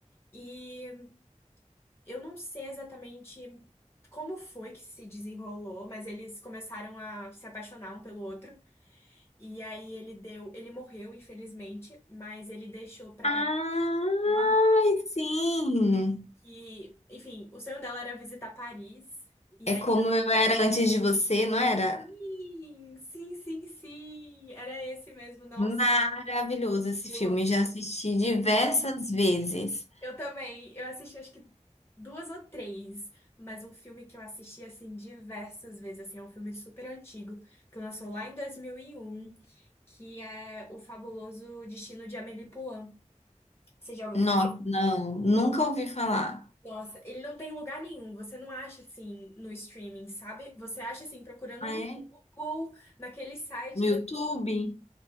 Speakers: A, on the left (about 20°); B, on the left (about 60°).
A: e eu não sei exatamente como foi que se desenrolou, mas eles começaram a se apaixonar um pelo outro. E aí ele deu, ele morreu, infelizmente, mas ele deixou pra
B: Ai,
A: ela uma
B: sim.
A: que, enfim, o sonho dela era visitar Paris. E
B: É
A: aí,
B: como eu era antes de você, não era?
A: sim, sim, sim, sim, era esse mesmo. Nossa,
B: Maravilhoso esse
A: eu
B: filme.
A: amo.
B: Já assisti diversas vezes.
A: Eu também. Eu assisti acho que duas ou três, mas um filme que eu assisti assim diversas vezes, assim, é um filme super antigo, que lançou lá em 2001, que é O Fabuloso Destino de Amélie Poulain. Você já ouviu
B: Nossa,
A: falar?
B: não, nunca ouvi falar.
A: Nossa, ele não tem lugar nenhum, você não acha assim no streaming, sabe? Você acha assim procurando
B: Ah,
A: no
B: é?
A: Google, naqueles sites,
B: No YouTube?